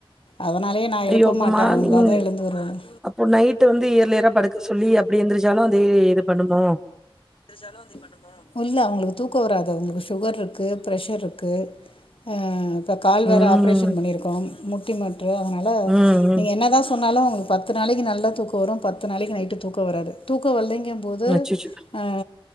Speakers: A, on the left (about 65°); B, in the centre.
A: அதனாலயே நா எழுப்ப
B: ஐயோ! அப்ப
A: மாட்ட
B: மார்னிங்
A: அவங்களாதா எழுந்து வருவாங்
B: அப்போ நைட் வந்து இயர்லியரா படுக்க சொல்லி அப்படி எந்திரச்சாலு அந்த இது பண்ணணும்
A: எந்திருச்சாலு வந்து படுக் உள்ள அவங்களுக்கு தூக்கம் வராது அவங்களுக்கு சுகர் இருக்கு ப்ரெஷர் இருக்கு அ இப்ப கால்
B: ம்,
A: வேற ஆப்ரேஷன் பண்ணியிருக்கோ முட்டி மாற்று அதனால
B: ம்,
A: நீங்க
B: ம்.
A: என்னாதா பண்ணாலு பத்து நாளைக்கு நல்லா தூக்கம் வரும் பத்து நாளைக்கு நைட்டு தூக்கம் வராது தூக்கம் வல்லைங்கும் போது
B: அச்சச்சோ!
A: அ